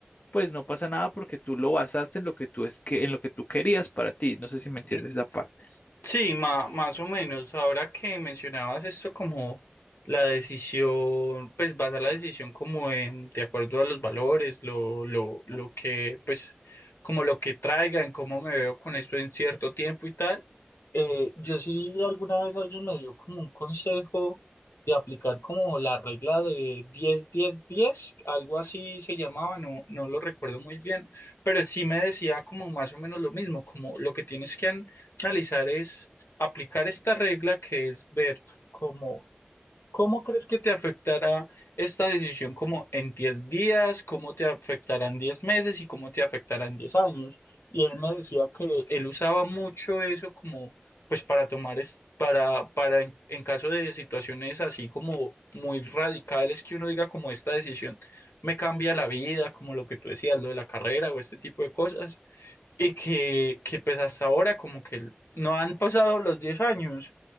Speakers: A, on the left; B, on the left.
A: pues no pasa nada porque tú lo basaste en lo que tú es que en lo que tú querías para ti. No sé si me entiendes
B: Yo,
A: esa parte.
B: Sí, ma- más o menos. Ahora que mencionabas esto como la decisión, pues basar la decisión como en, de acuerdo a los valores, lo, lo, lo que, pues, como lo que traigan, cómo me veo con esto en cierto tiempo y tal. eh, yo sí alguna vez alguien me dio como un consejo de aplicar como la regla de diez diez diez, algo así se llamaba, no, no lo recuerdo muy bien, pero sí me decía como más o menos lo mismo, como lo que tienes que... an- analizar es aplicar esta regla que es ver cómo, cómo crees que te afectará esta decisión como en 10 días, cómo te afectará en 10 meses y cómo te afectará en 10 años. Y él me decía que él usaba mucho eso como pues para tomar es- para para en, en caso de situaciones así como muy radicales que uno diga como esta decisión me cambia la vida, como lo que tú decías, lo de la carrera o este tipo de cosas y que, que pues hasta ahora como que él- no han pasado los 10 años,